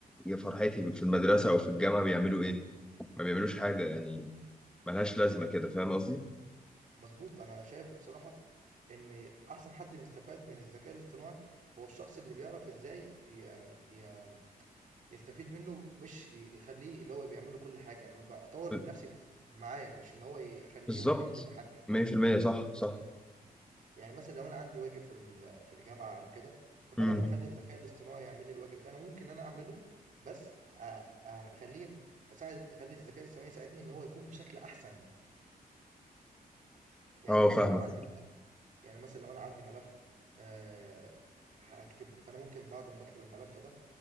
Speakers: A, in the centre; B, on the right (about 55°).
A: يا فرحتي في المدرسة أو في الجامعة بيعملوا إيه؟ ما بيعملوش حاجة يعني ملهاش لازمة كده فاهم قصدي؟
B: مظبوط انا شايف بصراحه ان احسن حد بيستفاد من الذكاء الاصطناعي هو الشخص اللي بيعرف ازاي يعني ي- يستفيد منه مش يخليه اللي هو بيعمل له كل حاجة إن أنا بقى أطور
A: ب-
B: من نفسي معاه مش إن هو ي- أخليه
A: بالظبط
B: هنا يحل محلي
A: 100% صح صح
B: يعني مثلا لو أنا عندي واجب في ال- في الجامعة أو كده فبدل
A: امم
B: ما أخلي الذكاء الاصطناعي يعمل لي الواجب ده أنا ممكن أنا أعمله بس أ- أخليه أساعد أخلي الذكاء الاصطناعي يساعدني إن هو يكون بشكل أحسن يعني
A: اه
B: مثلا
A: فاهمك
B: لو عندي ملف يعني مثلا لو أنا عندي ملف أه هكتبه فأنا ممكن بعد ما أكتب الملف ده